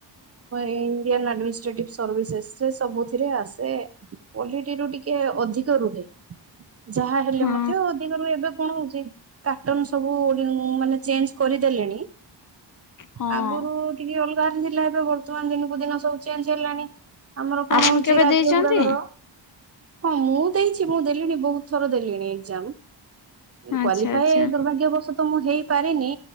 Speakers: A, on the right (about 35°); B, on the left (about 50°).
A: ଇଣ୍ଡିଆନ୍ ଆଡମି ଷ୍ଟେଟିଭ୍ ସର୍ଭିସେସ୍ ସେ ସବୁଥିରେ ଆସେ ପଲିଟି ରୁ ଟିକେ ଅଧିକ ରୁହେ। ଯାହା ହେଲେ
B: ହଁ
A: ମଧ୍ୟ ଦିଗରୁ ଏବେ କଣ ହଉଛି ପାଟର୍ନ ସବୁ ମାନେ ଚେଞ୍ଜ କରିଦେଲେଣି।
B: ହଁ
A: ଆଗରୁ ଟିକେ ଅଲ ଥିଲା ଏବେ ଦିନକୁ ଦିନ ସବୁ ଚେଞ୍ଜ ହେଲାଣି ଆମର କଣ
B: ଆପଣ
A: ହଉଛି
B: କେବେ
A: ରାଜ୍ୟ
B: ଦେଇଛନ୍ତି
A: ଗୁଡାକର। ହଁ ମୁଁ ଦେଇଛି ମୁଁ ଦେଲିଣି ବହୁତ ଥର ଦେଲିଣି ଏଜାମ।
B: ଆଚ୍ଛା
A: କ୍ଵାଲିଫାଏ
B: ଆଚ୍ଛା
A: ଦୁର୍ଭାଗ୍ୟବସତ ତ ମୁଁ ହେଇପାରିନି